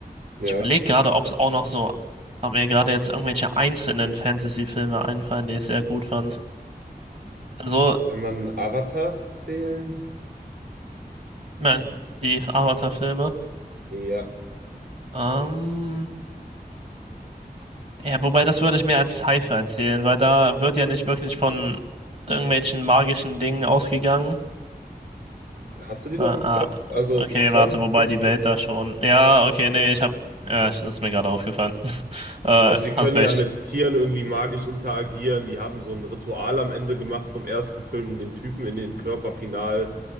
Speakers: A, on the right; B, on the right.
A: Ja.
B: Ich überlege gerade, ob es auch noch so, ob mir gerade jetzt irgendwelche einzelnen Fantasy-Filme einfallen, die ich sehr gut fand. Also,
A: Kann man Avatar zählen?
B: ich meine, die Avatar-Filme.
A: Ja.
B: Ähm, Ja, wobei das würde ich mir als Sci-Fi erzählen, weil da wird ja nicht wirklich von irgendwelchen magischen Dingen ausgegangen.
A: Hast du die
B: Ah,
A: noch im
B: ah,
A: Kopf? Also
B: okay,
A: schon
B: warte, wobei
A: ein bisschen.
B: die Welt da schon. Ja, okay, nee, ich hab. Ja, das ist mir gerade aufgefallen. <laughs> Äh,
A: Also die können
B: hast recht,
A: ja mit Tieren irgendwie magisch interagieren. Die haben so ein Ritual am Ende gemacht vom ersten Film, um den Typen in den Körper final